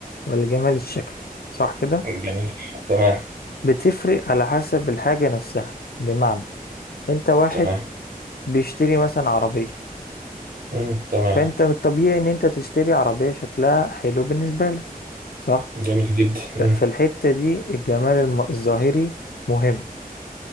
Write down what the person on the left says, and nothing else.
ولا الجمال الشكلي صح كده؟
بتفرق على حسب الحاجة نفسها بمعنى أنت واحد
بيشتري مثلا عربية
فأنت من الطبيعي إن أنت تشتري عربية شكلها حلو بالنسبة لك صح؟
ففي
الحتة دي الجمال الم- الظاهري مهم